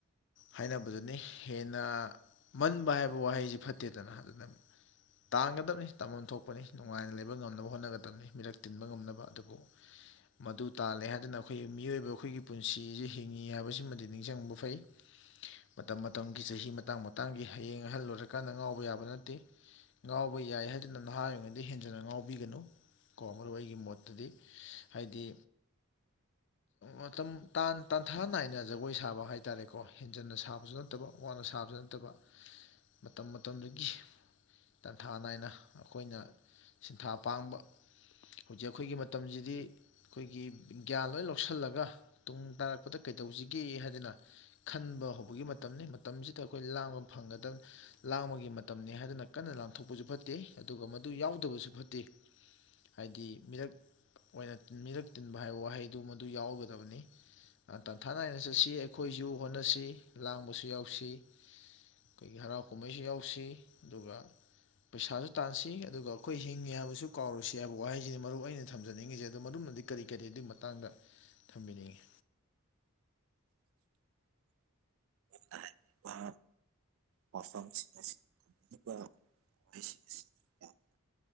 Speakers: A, on the left; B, on the right.
A: ꯍꯥꯏꯅꯕꯗꯨꯅꯤ ꯍꯦꯟꯅ ꯃꯟꯕ ꯍꯥꯏꯕ ꯋꯥꯍꯩꯁꯤ ꯐꯠꯇꯦꯗꯅ ꯑꯗꯨꯅ ꯇꯥꯡꯒꯗꯕꯅꯤ ꯇꯝꯐꯝ ꯊꯣꯛꯄꯅꯤ ꯅꯨꯡꯉꯥꯏꯅ ꯂꯩꯕ ꯉꯝ ꯣꯠꯗꯕꯅꯤ ꯃꯤꯔꯛ ꯇꯤꯟꯕ ꯉꯝ ꯑꯗꯨꯕꯨ ꯃ ꯇꯥꯜꯂꯦ ꯍꯥꯏꯗꯅ ꯑꯩꯈ ꯃꯤꯑꯣꯕ ꯑꯩꯣꯏꯒꯤ ꯄꯨꯟꯁꯤꯁ ꯍꯤꯡꯉꯤ ꯍꯥꯏꯕꯁꯤꯃꯗꯤ ꯅꯤꯡꯁꯤꯡꯕ ꯐꯩ ꯃꯇꯝ ꯃꯇꯝꯒꯤ ꯆꯍꯤ ꯃꯇꯥꯡ ꯃꯇꯥꯡꯒꯤ ꯍꯌꯦꯡ ꯑꯍꯜ ꯑꯣꯏꯣꯏꯔꯀꯥꯟꯗ ꯉꯥꯎꯕ ꯌꯥꯕ ꯅꯠꯇꯦ ꯉꯥꯎꯕ ꯌꯥꯏ ꯍꯥꯏꯗꯅ ꯅꯍꯥ ꯑꯣꯏꯔꯤꯉꯩꯗ ꯍꯦꯟꯖꯟꯅ ꯉꯥꯎꯕ ꯇꯧꯕꯕꯤꯒꯅꯨ ꯀꯣ ꯃꯔꯨ ꯑꯩꯒꯤ ꯃꯣꯠꯇꯗꯤ ꯍꯥꯏꯗꯤ ꯃꯇꯝ ꯇꯥꯟꯊꯥ ꯅꯥꯏꯅ ꯖꯒꯣꯏ ꯁꯥꯕ ꯍꯥꯏꯇꯥꯔꯦꯀꯣ ꯍꯦꯟꯖꯟꯅ ꯁꯥꯕꯁꯨ ꯅꯠꯇꯕ ꯋꯥꯅ ꯁꯥꯕꯁꯨ ꯅꯠꯇꯕ ꯃꯇꯝ ꯃꯇꯝꯗꯨꯒꯤ ꯇꯥꯟꯊꯥ ꯅꯥꯏꯅ ꯑꯩꯈꯣꯏꯅ ꯁꯤꯟꯊꯥ ꯄꯥꯡꯕ ꯍꯧꯖꯤꯛ ꯑꯩꯈꯣꯏꯒꯤ ꯃꯇꯝꯁꯤꯗꯤ ꯑꯩꯈꯣꯏꯒꯤ ꯒ꯭ꯌꯥꯟ ꯂꯣꯏ ꯂꯧꯁꯤꯜꯂꯒ ꯇꯨꯡ ꯇꯥꯔꯛꯄꯗ ꯀꯩꯗꯧꯁꯤꯒꯦ ꯍꯥꯏꯗꯅ ꯈꯟꯕ ꯍꯧꯕꯒꯤ ꯃꯇꯝꯅꯤ ꯃꯇꯝꯁꯤꯗ ꯑꯩꯈꯣꯏ ꯂꯥꯡꯕ ꯐꯪꯒꯗꯕ ꯂꯥꯡꯕꯒꯤ ꯃꯇꯝꯅꯤ ꯍꯥꯏꯗꯅ ꯀꯟꯅ ꯂꯥꯡꯊꯣꯛꯄꯁꯨ ꯐꯠꯇꯦ ꯑꯗꯨꯒ ꯃꯗꯨ ꯌꯥꯎꯗꯕꯁꯨ ꯐꯠꯇꯦ ꯍꯥꯏꯗꯤ ꯃꯤꯔꯛ ꯑꯣꯏꯅ ꯃꯤꯔꯛ ꯇꯤꯟꯕ ꯍꯥꯏꯕ ꯋꯥꯍꯩꯗꯨ ꯃꯗꯨ ꯌꯥꯎꯔꯒꯗꯕꯅꯤ ꯇꯥꯟꯊꯥ ꯅꯥꯏꯅ ꯆꯠꯁꯤ ꯑꯩꯈꯣꯏꯁꯨ ꯍꯣꯠꯅꯁꯤ ꯂꯥꯡꯕꯁꯨ ꯌꯥꯎꯁꯤ ꯑꯩꯈꯣꯏꯒꯤ ꯍꯔꯥꯎ ꯀꯨꯝꯍꯩꯁꯨ ꯌꯥꯎꯁꯤ ꯑꯗꯨꯒ ꯄꯩꯁꯥꯁꯨ ꯇꯥꯟꯁꯤ ꯑꯗꯨꯒ ꯑꯩꯈꯣꯏ ꯍꯤꯡꯉꯤꯦ ꯍꯥꯏꯕꯁꯨ ꯀꯥꯎꯔꯁꯤ ꯍꯥꯏꯕ ꯋꯥꯍꯩꯁꯤꯅꯤ ꯃꯔꯨꯞ ꯑꯩꯅ ꯊꯝꯖꯅꯤꯡꯉꯤꯁꯦ ꯑꯗꯣ ꯃꯔꯝꯅꯗꯤ ꯀꯔꯤ ꯀꯔꯤ ꯑꯗꯨꯒꯤ ꯃꯇꯥꯡꯗ ꯊꯝꯕꯤꯅꯤꯡꯉꯤ
B: ꯔꯤꯕ ꯃꯐꯝꯁꯤꯡ ꯑꯁꯤ ꯊꯝꯕ ꯋꯥꯍꯩꯁꯤꯡ ꯑꯁꯤ ꯌꯥꯝꯅ